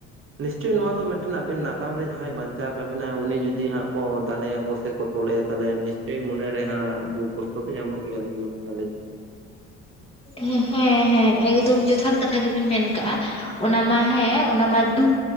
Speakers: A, on the right; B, on the left.
A: ᱱᱤᱥᱪᱳᱭ ᱱᱚᱣᱟ ᱫᱚ ᱢᱮᱫᱴᱮᱱ ᱟᱵᱮᱱ ᱱᱟᱜᱟᱢ ᱨᱮ ᱡᱟᱦᱟᱸᱭ ᱵᱟᱧᱪᱟᱣ ᱠᱟᱜ ᱵᱤᱱᱟᱭ ᱩᱱᱤ ᱡᱩᱫᱤ ᱦᱟᱸᱜ ᱠᱚ ᱫᱟᱞᱮ ᱭᱟᱠᱚ ᱥᱮ ᱠᱚ ᱛᱚᱞᱮᱭᱟ ᱛᱟᱞᱦᱮ ᱱᱤᱥᱪᱳᱭ ᱢᱚᱱᱮ ᱨᱮ ᱦᱟᱸᱜ ᱫᱩᱠ ᱠᱚᱥᱴᱚ ᱯᱮ ᱧᱟᱢᱚᱜ ᱜᱮᱭᱟ <unintelligible>
B: ᱦᱮᱸ ᱦᱮᱸ ᱦᱮᱸ ᱮᱠᱫᱚᱢ ᱡᱚᱛᱷᱟᱛ ᱠᱟᱛᱷᱟ ᱜᱮ ᱵᱤᱱ ᱢᱮᱱ ᱠᱟᱜ-ᱟ, ᱚᱱᱟ ᱢᱟ ᱦᱮᱸ ᱚᱱᱟ ᱢᱟ ᱫᱩᱠ